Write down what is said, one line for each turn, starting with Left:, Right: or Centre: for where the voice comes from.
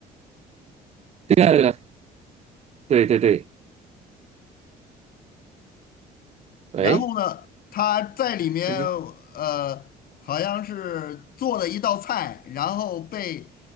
Right: 对啊，对啊，对对对，哎，
Left: 然后呢，他在里面
Right: 嗯，
Left: 呃，好像是做了一道菜，然后被